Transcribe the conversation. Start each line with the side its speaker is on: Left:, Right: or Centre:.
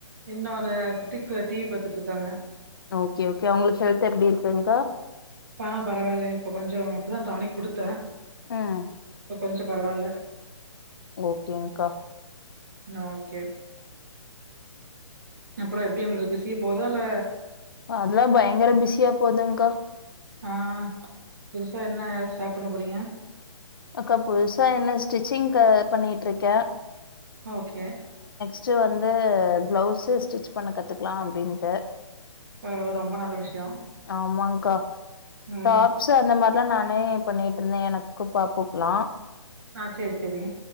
Right: இன்னொரு குட்டிப்பு டிவி பாத்துட்டு இருக்காங்க
Left: ஓகே ஓகே அவங்களுக்கு ஹெல்த் எப்டி இருக்குங்கா
Right: பா பரவாயில்லை இப்ப கொஞ்சம் இப்பதா டானிக் குடுத்தே
Left: ம்
Right: கொஞ்ச பரவால்ல
Left: ஓகேங்கா
Right: ஓகே அப்றம் எப்டி ஒங்களுக்கு பிசிய போதா இல்ல
Left: அதுலாம் பயங்கர பிஸியா போதுங்கா
Right: ஆ புதுசா என்ன ஸ்டாட் பண்ண போறீங்க
Left: அக்கா புதுசா என்ன ஸ்டிச்சிங்க்க பண்ணிட்ருக்கே
Right: ஓகே
Left: ச்சு வந்து பிளவுஸ்சு ஸ்டிட்ச் பண்ண கத்துக்கலா அப்டின்ட்டு
Right: பரவால்ல ரொம்ப நல்ல விஷயோ
Left: ஆமாங்கா
Right: ம்
Left: டாப்ஸ் அந்த மார் தான் நானே பண்ணிட்டுருந்தேன் எனக்கு பாப்புக்குலா
Right: ஆ செரி செரி